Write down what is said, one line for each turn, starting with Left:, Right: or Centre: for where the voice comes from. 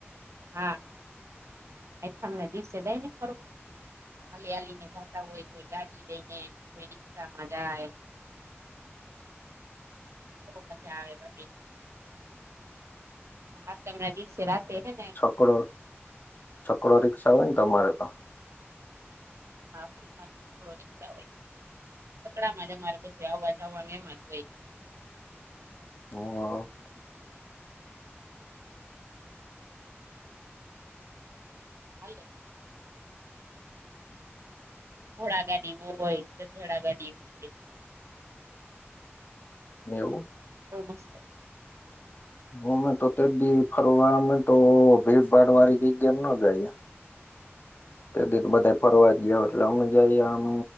Right: હા. આઠમના દિવસે દઈ ને, ખ હાલી હાલીને જતા હોય, કોઈ ગાડી લઈને, કોઈ રિક્ષા માં જાય.
Left: <inaudible>
Right: બોવ મજા આવે, પછી હાતમના દિવસે રાતે હે ને.
Left: પણ છકડો રિક્ષા આવે ને, તમારે તો
Right: હા, પણ અરેડો રીક્ષા હોય, સકડામાં જ અરે બધું આવવા જવાવા જ હોય.
Left: હ.
Right: હાલે. ઘોળા ગાડીગય ગધેડા ગાડી હોય
Left: નવુ.
Right: ઓમસ્ છે્ <unintelligible>
Left: અમે તો તે દી ફરવા, અમે તો ભીડભાડ વાળી જગ્યા મા ન જાયએ. તે દી બધા ફરવા ગયા, એટલે અમે જઈએ આમ